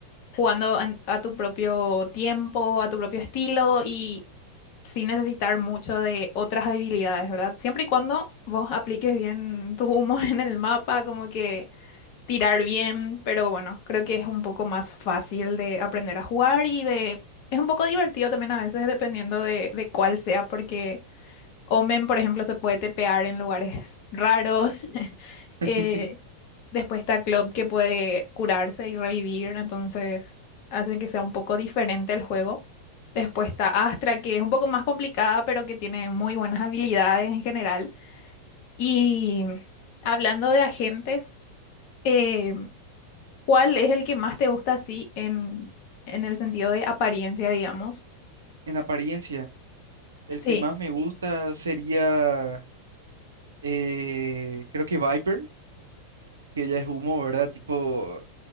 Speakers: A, on the left; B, on the right.
A: jugando en- a tu propio tiempo, a tu propio estilo y sin necesitar mucho de otras habilidades, ¿verdad? Siempre y cuando vos apliques bien tus humos <laughs> en el mapa, como que tirar bien, pero bueno, creo que es un poco más fácil de aprender a jugar y de... Es un poco divertido también a veces dependiendo de, de cuál sea, porque Omen, por ejemplo, se puede tepear en lugares raros. <laughs> Eh,
B: <laughs>
A: después está Club que puede curarse y revivir, entonces hace que sea un poco diferente el juego. Después está Astra, que es un poco más complicada, pero que tiene muy buenas habilidades en general. Y hablando de agentes... eh, ¿Cuál es el que más te gusta así en, en el sentido de apariencia, digamos?
B: En apariencia, el
A: Sí,
B: que más me Sí. gusta sería, eh, creo que Viper. que ella es humo, ¿verdad? Tipo,